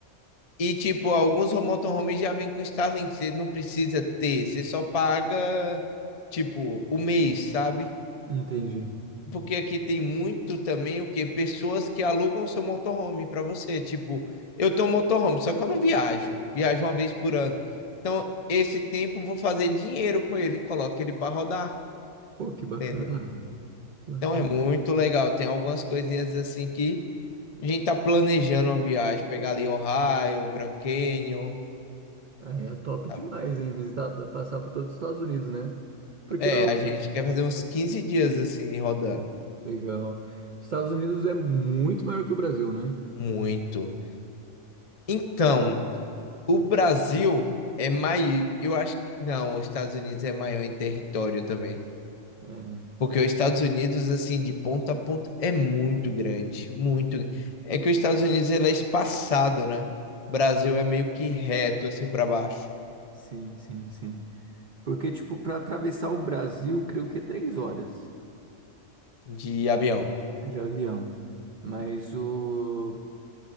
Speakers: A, on the left; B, on the right.
A: e tipo, alguns motorhomes já vêm com Starlink, você não precisa ter, você só paga tipo o mês, sabe?
B: entendi.
A: Porque aqui tem muito também o que pessoas que alugam seu motorhome para você, tipo, eu tenho um motorhome, só que eu não viajo, viajo uma vez por ano. Então, esse tempo eu vou fazer dinheiro com ele, coloco ele para rodar,
B: Pô, que bacana,
A: entendeu?
B: mano. Que Bacana.
A: Então é muito legal, tem algumas coisinhas assim que A gente tá planejando uma viagem, pegar ali Ohio, Grand Canyon.
B: Aí é top demais,
A: sabe?
B: hein? Visitar, passar por todos os Estados Unidos, né? Porque
A: É,
B: eu...
A: a gente quer fazer uns 15 dias assim, rodando.
B: Legal. Estados Unidos é muito maior que o Brasil, né?
A: Muito. Então, o Brasil é maior. Eu acho que. Não, os Estados Unidos é maior em território também.
B: É, né?
A: Porque os Estados Unidos, assim, de ponta a ponta, é muito grande. Muito. É que os Estados Unidos ele é espaçado, né? O Brasil é meio que reto, assim, para baixo,
B: Sim, sim, sim. Porque, tipo, para atravessar o Brasil, creio que é três horas
A: de avião.
B: de avião. Mas o...